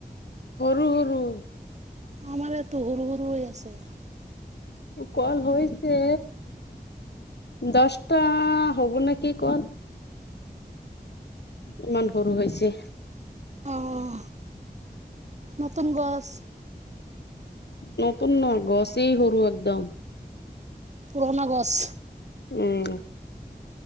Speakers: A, on the left (about 85°); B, on the right (about 45°).
A: সৰু সৰু।
B: আমাৰ এটো সৰু-সৰু হৈ আছে।
A: কল হৈছে। দছটা হ'ব নেক কি কল। ইমান সৰু হৈছে।
B: অহ। নতুন গছ।
A: নতুন ন গছেই সৰু একদম।
B: পুৰণা গছ।
A: উম।